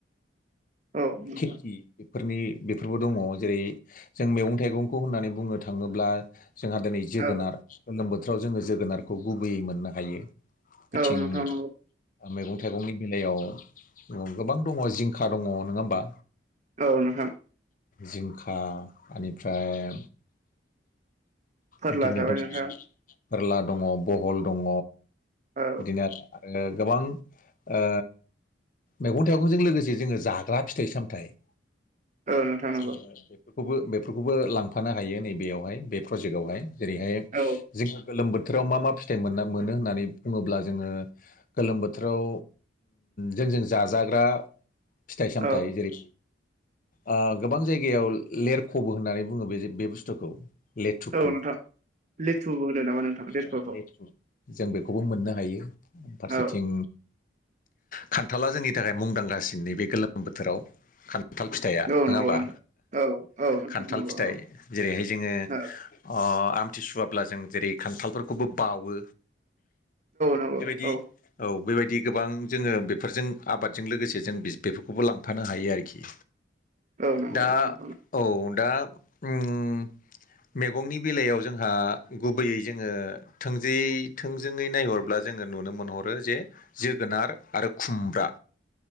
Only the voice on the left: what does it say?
खेथि बेफोरनि बेफोरबो दङ जेरै जों मैगं थाइगंखौ होननानै बुंनो थाङोब्ला जोंहा दिनै जोगोनार
गोलोम बोथोराव जोङो जोगोनारखौ गुबैयै मोननो हायो बिथिं
ओ मैगं थाइगंनि बेलायाव गोबां दङ जिंखा दङ नङा होमबा
जिंखा एनिफ्राय
बिदिनो
दङ
फोरला दङ बहल दङ
बिदिनो आरो आरो गोबां ओ मैगं थाइगंजों लोगोसे जोङो जाग्रा फिथाइ सामथाइ
जोङो बेफोरखौबो बेफोरखौबो लांफानो हायो नैबेयावहाय बे प्रजेक्टआवहाय जेरैहाय
जोङो गोलोम बोथोराव मा मा फिथाइ मोन मोनो होननानै बुङोब्ला जोङो गोलोम बोथोराव जों जों जाजाग्रा फिथाइ सामथाइ
जेरै आ गोबां जायगायाव लेरख'बो होननानै बुङो बे बे बुस्थुखौ लेथुफुो
औ लेथु जों बेखौबो मोननो हायो फारसेथिं
खान्थाला जोंनि थाखाय मुंदांखासिन नैबे गोलोम बोथोराव खान्थाल फिथाइया
नङा
हबा
खान्थाल
फिथाइ
जेरैहाय जोङो
अ आमथि सुवाब्ला जों जेरै खान्थालफोरखौबो बावो
बेबायदि
औ बेबायदि गोबां जोङो बेफोरजों आबादजों लोगोसे जों बेफोरखौबो लांफानो हायो आरोखि
दा
औ दा ओम मेगंनि बेलायाव जोंहा गुबैयै जोङो थोंजोयै थोंजोङै नायहरब्ला जोङो नुनो मोनहरो जे जोगोनार आरो खुमब्रा